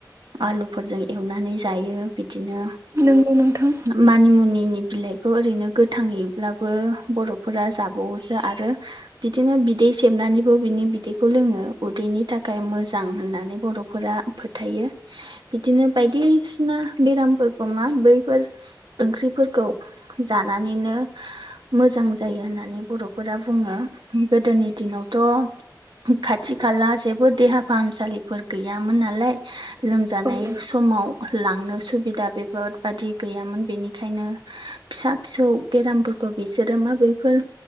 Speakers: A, on the right; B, on the right.
A: आलुफोरजों एवनानै जायो बिदिनो
B: नोंगौ नोंथां
A: मानिमुनिनि बिलाइखौ ओरैनो गोथांङैब्लाबो बर'फोरा जाबावोसो आरो बिदिनो बि बिदै सेबनानैबो बिनि बिदैखौ लोंङो उदैनि थाखाय मोजां होननानै बर'फोरा फोथायो। बिदिनो बायदिसिना
B: औ
A: बेरामफोरखौ मा बैफोर ओंख्रिफोरखौ जानानैनो मोजां जायो होननानै बर'फोरा बुङो गोदोनि दिनावथ' खाथि खाला जेबो देहा फाहामसालिफोर गैयामोन नालाय लोमजानाय
B: औ नंगौ नोंथां
A: समाव लांनो सुबिदा बेफोरबादि गैयामोन बेनिखायनो फिसा फिसौ बेरामफोरखौ बिसोरो माबैफोर